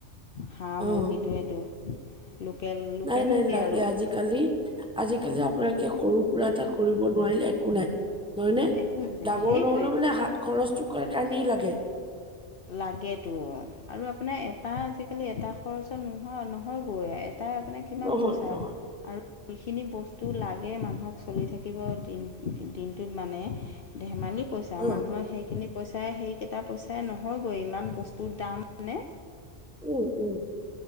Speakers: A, on the left; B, in the centre.
A: হাঁহ,
B: অ',
A: মুৰ্গীটোৱেটো লোকেল লোকেল
B: নাই নাই
A: মুৰ্গী
B: লাগে।
A: আৰু
B: আজি কালি, আজিকালি আপোনালোকে সৰু সুৰা এটা কৰিব নোৱাৰিলে একো নাই। নহয় নে?
A: একো নাই
B: ডাঙৰ
A: সেইটোৱে
B: নহ'লেও মানে হাত খৰচটোৰ কৰাৰ কাৰণেই লাগে।
A: লাগেতো, আৰু আপোনাৰ এটা আজিকালি এটা খৰচত নোহোৱা নহ'গৈ। এটাই আপোনাক কিমান
B: নহয়
A: পইচা
B: নহয়
A: আৰু যিখিনি বস্তু লাগে মানুহক চলি থাকিব দিন দিনটোত মানে ধেমালি পইচা চা
B: অ',
A: মানুহৰ সেইখিনি পইচাই, সেইকেইটা পইচাই নহয়গৈ। ইমান বস্তুৰ দাম মানে
B: উম উম।